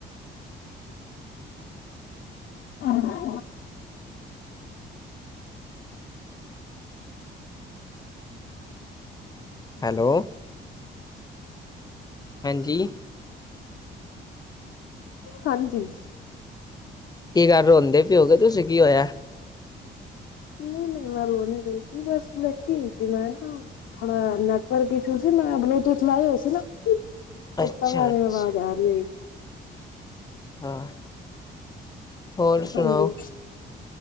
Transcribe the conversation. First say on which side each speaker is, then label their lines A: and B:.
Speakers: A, on the left; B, on the left.
A: <inaudible>
B: ਹੈਲੋ। ਹਾਂਜੀ?
A: ਹਾਂਜੀ।
B: ਕੀ ਗਲ ਰੋਦੇ ਪੀੳ ਕਿ ਤੁਸੀਂ, ਕੀ ਹੋਇਆ?
A: ਨਹੀਂਈ-ਨਹੀਂਈ ਮੈਂ ਰੋ ਨੀ ਰਈ, ਬੱਸ ਲੈਟੀ ਹੋਈ ਸੀ ਮੈਂ ਨਾ। ਥੋੜਾ ਨੈਟਵਰਕ ਇਸ਼ੂ ਸੀ ਮੈਂ ਬਲੂਟੂਥ ਲਾਏ ਹੋਏ ਸੀ ਨਾ
B: ਅੱਛਾ
A: ਉੱਤੋਂ ਐਵੇਂ
B: ਅੱਛਾ
A: ਆਵਾਜ਼ ਆ ਰਹੀ ਹੈ
B: ਹਾਂ ਹੋਰ ਸੁਣਾਓ
A: ਹਾਂਜੀ